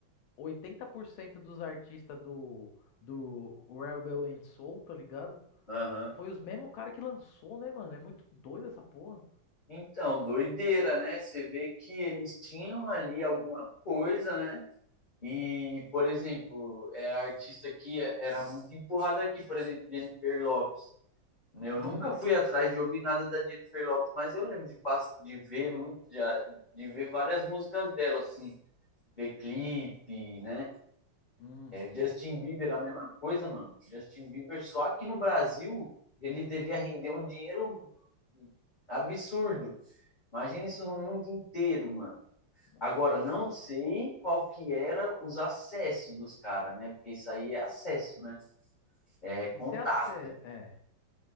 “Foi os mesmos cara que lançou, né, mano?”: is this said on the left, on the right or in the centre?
Left